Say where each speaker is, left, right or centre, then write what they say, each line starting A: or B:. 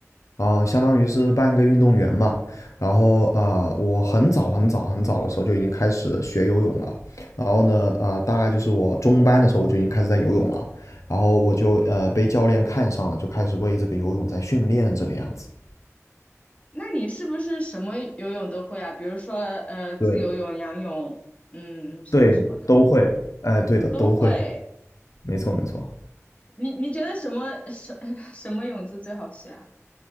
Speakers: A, on the left (about 70°); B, on the left (about 25°).
A: 啊、呃相当于是半个运动员嘛。然后啊、呃我很早很早很早的时候就已经开始学游泳了。然后呢，啊、呃大概就是我中班的时候我就已经开始在游泳了。然后我就呃被教练看上了，就开始为这个游泳在训练这个样子。
B: 那你是不是什么游泳都会啊？比如说，呃，自由泳、
A: 对
B: 仰泳，嗯，什么什么的
A: 对，都会，哎，对的，
B: 都会。
A: 都会，没错没错。
B: 你你觉得什么什 <laughs> 什么泳姿最好学啊？